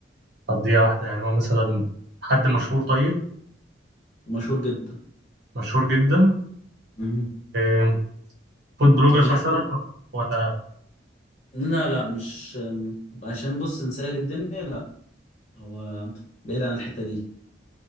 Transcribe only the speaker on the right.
قضية واحدة يعني هو مثلا حد مشهور طيب
مشهور جدا
آه، فود بلوجر
مثلا ولا